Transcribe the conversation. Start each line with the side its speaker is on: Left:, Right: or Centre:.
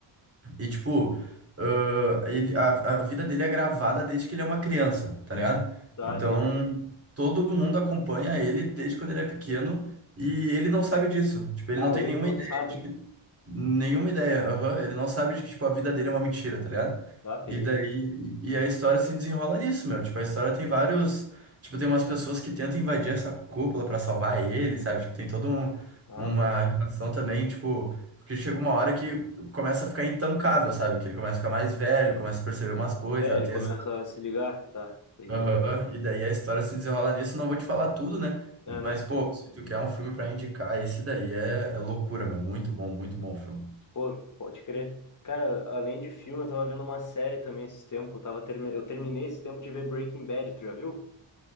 Right: E, tipo, ãh, ele, a, a vida dele é gravada desde que ele é uma criança, tá ligado?
Left: Tá,
Right: Então,
Left: entendi.
Right: todo mundo acompanha ele desde quando ele é pequeno e ele não sabe disso. Tipo, ele
Left: Ah,
Right: não tem
Left: ele
Right: nenhuma
Left: não
Right: ideia
Left: sabe.
Right: de que. Nenhuma ideia, aham. Ele não sabe de que, tipo, a vida dele é uma mentira, tá ligado?
Left: Tá,
Right: E
Left: peguei.
Right: daí. E e a história se desenrola nisso, meu. Tipo, a história tem vários. Tipo, tem umas pessoas que tentam invadir essa cúpula pra salvar ele, sabe? Tipo, tem todo um,
Left: Ah,
Right: uma
Left: bota.
Right: relação
Left: fé.
Right: também, tipo. Porque chega uma hora que começa a ficar intancável, sabe? Que ele começa a ficar mais velho, começa a perceber umas coisas,
Left: É,
Right: a
Left: ele
Right: ter...
Left: começa
Right: essa-
Left: a se ligar. Tá, peguei.
Right: Aham, E daí a história se desenrola nisso. Não vou te falar tudo, né?
Left: É, não.
Right: Mas, pô, se tu quer um filme pra indicar, esse daí é, é loucura, meu. Muito bom, muito bom o filme.
Left: Pô, pode crer. Cara, além de filme, eu tava vendo uma série também esse tempo Eu, tava termi... eu terminei esse tempo de ver Breaking Bad, tu já viu?